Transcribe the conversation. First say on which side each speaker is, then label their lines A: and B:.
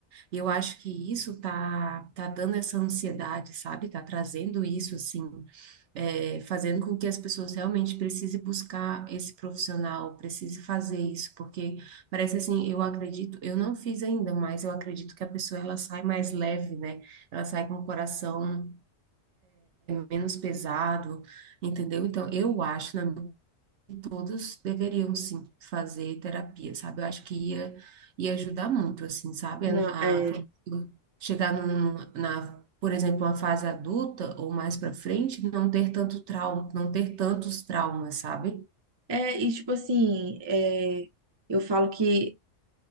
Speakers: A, on the right (about 65°); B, on the right (about 35°).
A: E eu acho que isso tá, tá dando essa ansiedade, sabe? Tá trazendo isso, assim, é, fazendo com que as pessoas realmente precisem buscar esse profissional, precise fazer isso, porque parece assim, eu acredito, eu não fiz ainda, mas eu acredito que a pessoa, ela sai mais leve, né? Ela sai com o coração menos pesado, entendeu? Então, eu acho, na minha todos deveriam sim fazer terapia, sabe? Eu acho que ia, ia ajudar muito, assim, sabe?
B: Não,
A: A,
B: é,
A: a- quando chegar num, na, por exemplo, uma fase adulta ou mais para frente, não ter tanto trauma, não ter tantos traumas, sabe?
B: é, e tipo assim, é, eu falo que